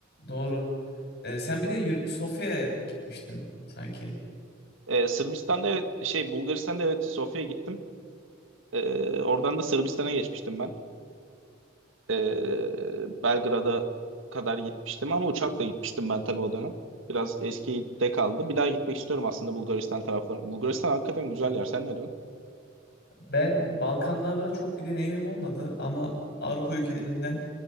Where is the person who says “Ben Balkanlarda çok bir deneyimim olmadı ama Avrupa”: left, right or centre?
Left